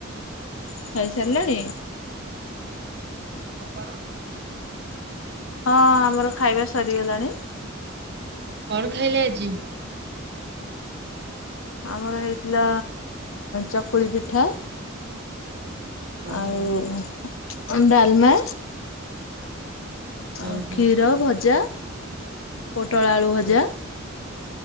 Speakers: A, on the left; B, on the right.
A: ଖାଇସାରିଲେଣି?
B: ଆପଣ।
A: ହଁ ଆମର ଖାଇବା ସରିଗଲାଣି।
B: କଣ ଖାଇଲେ ଆଜି?
A: ଆମର ହେଇଥିଲା, ଚକୁଳି ପିଠା
B: ଓହୋ
A: ଆଉ ଡାଲମା
B: ହଁ
A: ଆଉ
B: ହଁ
A: କ୍ଷୀର, ଭଜା ପୋଟଳ ଆଳୁ ଭଜା
B: ଓ